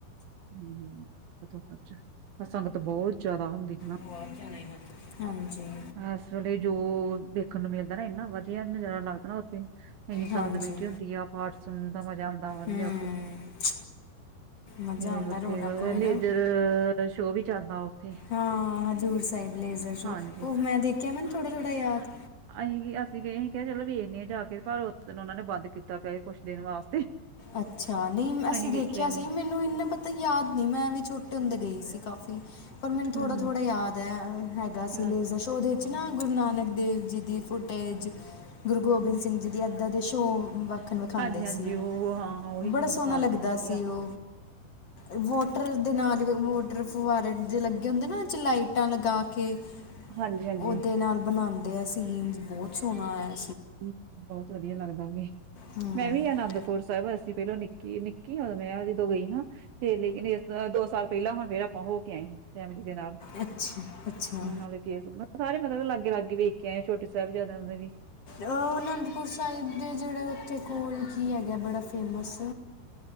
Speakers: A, on the right; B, on the left.
A: ਹੂੰ, ‌ ਬੋਤ ਜਾਦਾ, ਸਾਨੂੰ ਬੋਤ ਜਾਦਾ ਹੁੰਦੀ ਸੀ ਨਾ
B: <unintelligible> ਹਾਂਜੀ।
A: ਐਸ ਵੇਲੇ ਜੋ, ਦੇਖਨ ਨੂੰ ਮਿਲਦਾ ਨਾ ਏਨਾ ਵਦੀਆ ਨਜ਼ਾਰਾ ਲੱਗਦਾ ਨਾ ਓਥੇ ਏਨੀ
B: ਹਾਂਜੀ
A: ਸੰਗਤ ਬੈਠੀ ਹੁੰਦੀ ਆ, ਪਾਠ ਸੁਨਨ ਦਾ ਮਜ਼ਾ ਆਂਦਾ ਵਦੀਆ
B: ਹਮ
A: ਓਥੇ
B: ਮਜ਼ਾ
A: ਤੇ
B: ਆਉਂਦਾ
A: ਓਥੇ
B: ਰੌਣਕ ਹੋਏ
A: ਲੇਜਰ
B: ਨਾ
A: ਅ, ਸ਼ੋਅ ਵੀ ਚੱਲਦਾ ਓਥੇ
B: ਹਾਂ, ਹਜ਼ੂਰ ਸਾਈਬ ਲੇਜ਼ਰ ਸ਼ੋਅ
A: ਹਾਂਜੀ
B: ਓ ਮੈਂ ਦੇਖਆ ਮੈਨ ਥੋੜਾ, ਥੋੜਾ ਯਾਦ
A: ਅਹੀਂ, ਅਸੀਂ ਗਏ ਹੀ ਕੇਆ ਚਲੋ ਵੇਖਨੇ ਆ ਜਾਕੇ, ਪਰ ਓਸ ਦੇਨ ਓਨਾਂ ਨੇ ਬਾੰਦ ਕੀਤਾ ਪੇਆ ਕੋਛ ਦੇਨ ਵਾਸਤੇ
B: ਅੱਛਾ, ਨਈਂ
A: ਅਸੀਂ
B: ਅਸੀ‌
A: ਵੇਖਿਆ
B: ਦੇਖਆ
A: ਹੀ
B: ਸੀ
A: ਨਹੀਂ
B: ਮੇਨ ਮੈਨੂੰ ਏਨਾ ਪਤਾ ਯਾਦ ਨੀ, ਮੈਂ ਵੀ ਛੋਟੇ ਹੁੰਦੇ ਗਈ ਸੀ ਕਾਫ਼ੀ। ਪਰ ਮੈਨੂੰ ਥੋੜਾ,
A: ਹੂੰ ਹੂੰ
B: ਥੋੜਾ ਯਾਦ ਐ, ਹੈਗਾ ਸੀ
A: ਹਾਂ
B: ਲੇਜਰ ਸ਼ੋ ਓਦੇ ਚ ਨਾ ਗੁਰੂ ਨਾਨਕ ਦੇਵ ਜੀ ਦੀ ਫੋਟੇਜ, ਗੁਰੂ ਗੋਬਿੰਦ ਸਿੰਘ ਜੀ ਦੀਆ ਐਦਾ ਦੇ ਸ਼ੋਅ <unintelligible>
A: ਹਾਂਜੀ,
B: ਸੀ
A: ਹਾਂਜੀ। ਓ ਹਾਂ ਉਹੀ
B: ਬੜਾ
A: ਚੀਜ਼
B: ਸੋਨਾ
A: ਵਿਖਾਲਦੇ
B: ਲੱਗਦਾ
A: ਨਾ ਵਧੀਆ।
B: ਸੀ ਓ ਵੋਟਰ ਦੇ ਨਾਲ ਵੀ, ਵੋਟਰ ਫਵਾਰੇ ਜੇ ਲੱਗੇ ਹੁੰਦੇ ਨਾ, ਲਾਈਟਾਂ ਲਗਾ ਕੇ
A: ਹਾਂਜੀ-ਹਾਂਜੀ।
B: ਓਦੇ ਨਾਲ ਬਨਾਂਦੇ ਆ ਸੀਨ, ਬੋਤ ਸੋਨਾ ਐ।
A: ਹੂੰ, ਬੋਤ ਵਦੀਆ ਲੱਗਦਾ ਵੇ,
B: ਹੂੰ-ਹੂੰ
A: ਮੈਂ ਵੀ ਆਨੰਦ ਪੁਰ ਸਾਈਬ ਅਸੀ ਪੇਲੋਂ ਨਿੱਕੀ, ਨਿੱਕੀ ਮੈਂ ਜਦੋਂ ਗਈ ਨਾ, ਤੇ ਲੇਕਿਨ ਏਸ ਦੋ ਸਾਲ ਪੈਲਾਂ ਹੋਂਦੇ ਬੋਹੋਂ ਕੇ, ਫੈਮਿਲੀ ਦੇ ਨਾਲ
B: ਅੱਛਾ, ਅੱਛਾ।
A: ਹੁਣ ਵਾਲੇ ਸਾਰੇ ਮਤਲਬ ਲਾਗੇ, ਲਾਗੇ ਵੇਖ ਕੇ ਆਏ ਆਂ, ਛੋ ਸੈਬਜ਼ਾਦੇਆਂ ਦੇ ਵੀ
B: ਅਨੰਦਪੁਰ ਸਾਈਬ ਦੇ ਜੇੜੇ ਓਥੇ ਕੋਲ ਕੀ ਹੈਗਾ ਬੜਾ ਫੇਮਸ